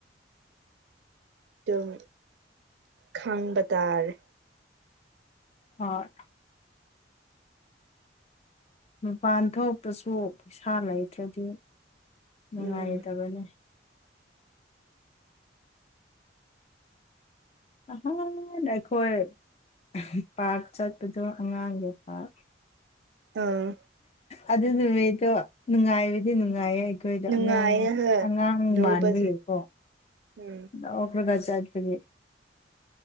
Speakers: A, on the right; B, on the left.
A: ꯑꯗꯨꯝ ꯈꯥꯡꯕ ꯇꯥꯔꯦ
B: ꯍꯣꯏ ꯃꯄꯥꯟ ꯊꯣꯛꯇꯁꯨ ꯄꯩꯁꯥ ꯂꯩꯇ꯭ꯔꯗꯤ ꯅꯨꯉꯥꯏꯇꯕꯅꯦ
A: ꯎꯝ
B: <unintelligible> ꯄꯥꯛ ꯆꯠꯄꯗꯣ ꯑꯉꯥꯡꯒꯤ ꯄꯥꯛ
A: ꯑꯥ
B: ꯑꯗꯨ ꯅꯨꯃꯤꯠꯇꯣ ꯅꯨꯡꯉꯥꯏꯕꯗꯤ ꯅꯨꯡꯉꯥꯏꯌꯦ ꯑꯩꯈꯣꯏꯗ
A: ꯅꯨꯡꯉꯥꯏꯌꯦ
B: ꯑꯉꯥꯡ
A: ꯍ
B: ꯑꯉꯥꯡ
A: ꯂꯨꯕꯁꯦ
B: ꯃꯥꯟꯕꯒꯤꯀꯣ
A: ꯎꯝ
B: <unintelligible> ꯆꯠꯄꯒꯤ